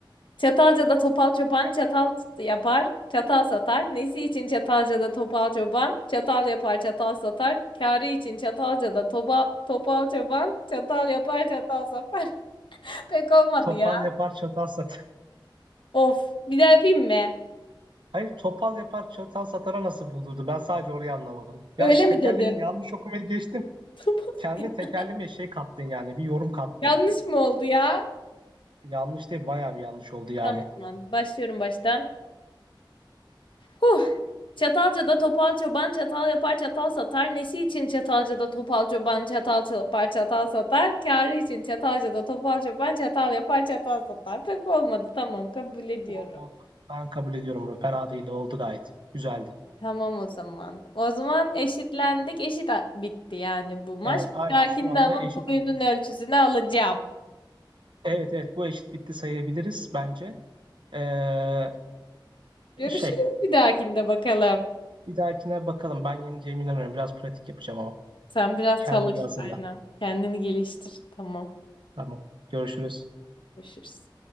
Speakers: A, on the left (about 75°); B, on the right (about 70°).
A: Çatalca'da topal çoban çatal yapar, çatal satar. Nesi için Çatalca'da topal çoban? Çatal yapar, çatal satar. Kârı için Çatalca'da topa, topal çoban çatal yapar, çatal satar. <laughs> Pek olmadı
B: Topal
A: ya.
B: yapar çatal satar.
A: Of, bir daha yapayım mı?
B: <laughs> Hayır topal yapar çatal satara nasıl buldurdu? Ben sadece orayı anlamadım. Yani
A: Öyle
B: tekerlemeyi
A: mi dedim?
B: yanlış okumayı geçtim.
A: <laughs>
B: Kendine tekerleme şey kattın yani. Bir yorum kattın.
A: Yanlış mı oldu ya?
B: Yanlış değil bayağı bir yanlış oldu yani.
A: Tamam, tamam. başlıyorum baştan. Huh. Çatalca'da topal çoban çatal yapar çatal satar. Nesi için Çatalca'da topal çoban çatal yapar çatal satar. Kârı için Çatalca'da topal çoban çatal yapar çatal satar. Pek olmadı tamam kabul ediyorum.
B: Oldu oldu. Ben kabul ediyorum bunu. Fena değildi. Oldu gayet. Güzeldi.
A: Tamam o zaman. O zaman eşitlendik. Eşit a- bitti yani bu maç.
B: Evet aynen
A: Bir dahakinde
B: şu anda
A: ama
B: eşit
A: boyunun
B: bitti.
A: ölçüsünü alacağım.
B: Evet evet bu eşit bitti sayabiliriz bence. Ee,
A: Görüşürüz
B: şey
A: bir dahakinde bakalım.
B: bir dahakine bakalım. Ben yeneceğime inanıyorum. Biraz pratik yapacağım ama.
A: Sen biraz
B: Kendini
A: çalış
B: iyi hazırla.
A: aynen. Kendini geliştir. Tamam.
B: Tamam. Görüşürüz.
A: Görüşürüz.